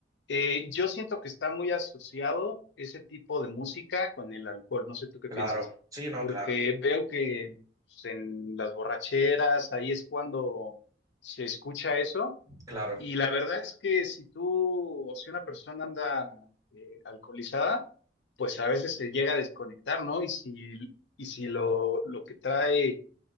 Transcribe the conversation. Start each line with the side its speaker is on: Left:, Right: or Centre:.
Left: Eh, yo siento que está muy asociado ese tipo de música con el alcohol. No sé tú qué
Right: Claro,
Left: piensas,
Right: sí, no,
Left: porque
Right: claro,
Left: veo que pues, en las borracheras, ahí es cuando se escucha eso
Right: claro.
Left: Y la verdad es que si tú o si una persona anda eh, alcoholizada, pues a veces se llega a desconectar, ¿no? Y si, y si lo, lo que trae,